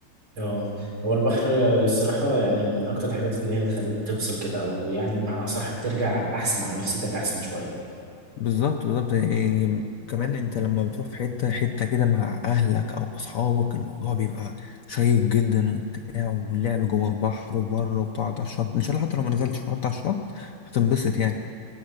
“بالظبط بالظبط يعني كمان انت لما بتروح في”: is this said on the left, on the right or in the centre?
Left